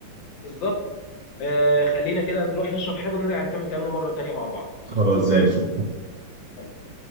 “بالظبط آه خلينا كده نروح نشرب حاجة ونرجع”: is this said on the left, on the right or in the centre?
Left